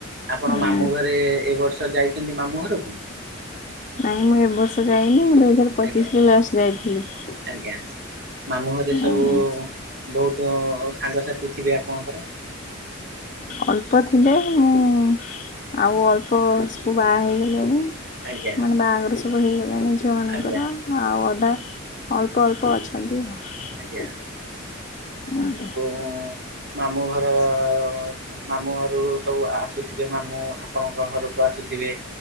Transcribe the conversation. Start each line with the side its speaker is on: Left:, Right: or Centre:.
Right: ଆପଣ ମାମୁଁ
Left: ନା
Right: ଘରେ ଏ ବର୍ଷ ଯାଇଚନ୍ତି ମାମୁଁ ଘରକୁ?
Left: ନାଇଁ ମୁଁ ଏ ବର୍ଷ ଯାଇନି ମୁଁ ଦୁଇ ହଜାର ପଚିଶରେ
Right: ଆଜ୍ଞା
Left: ଲାଷ୍ଟ ଯାଇଥିଲି।
Right: ଆଜ୍ଞା ମାମୁଁ ଘରେ ସବୁ
Left: ଆଜ୍ଞା
Right: ବହୁତ ସାଙ୍ଗସାଥି ଥିବେ ଆପଣଙ୍କର?
Left: ଅଳ୍ପ ଥିଲେ ମୁଁ ଆଉ ଅଳ୍ପ ସବୁ ବାହା ହେଇଗଲେଣିି।
Right: ଆଜ୍ଞା
Left: ମାନେ ବାହାଘର ସବୁ ହେଇଗଲାଣି ଝିଅ ମାନଙ୍କର
Right: ଆଜ୍ଞା
Left: ଆଉ ଅଧା ଅଳ୍ ଅଳ୍ପ ଅଳ୍ପ ଅଛନ୍ତି ଆଉ,
Right: ଆଜ୍ଞା
Left: ଆଜ୍ଞା।
Right: ଅଁ ମାମୁଁ ଘର ଅ ମାମୁଁ ଘର ସବୁ ଆସୁଥିବେ ମାମୁଁ ଆପଣଙ୍କ ଘରକୁ ଆସୁଥିବେ?